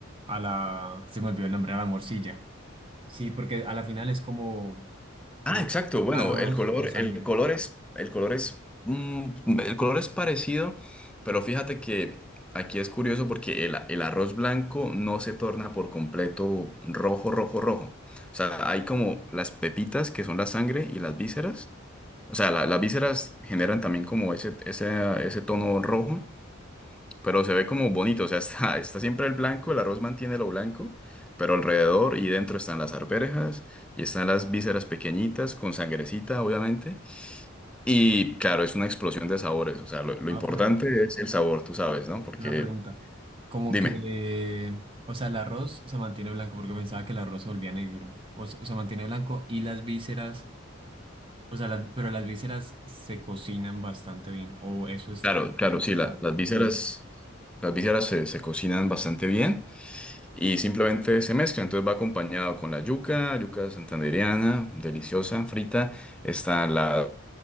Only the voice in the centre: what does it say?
Ah, exacto. Bueno,
el color,
el color es, el color es, mm, el color es parecido, pero fíjate que aquí es curioso porque el, el arroz blanco no se torna por completo rojo, rojo, rojo. O sea, hay como las pepitas que son la sangre y las vísceras. O sea, la- las vísceras generan también como ese, ese, ese tono rojo pero se ve como bonito, o sea, <laughs> está, está siempre el blanco, el arroz mantiene lo blanco, pero alrededor y dentro están las arvejas y están las vísceras pequeñitas con sangrecita, obviamente. Y claro, es una explosión de sabores, o sea, lo, lo
importante
es el sabor, tú sabes, ¿no? Porque,
dime,
claro,
claro,
sí, la- las vísceras,
las vísceras se, se cocinan bastante bien. y simplemente se mezcla. Entonces va acompañado con la yuca, yuca santandereana, deliciosa, frita. Están las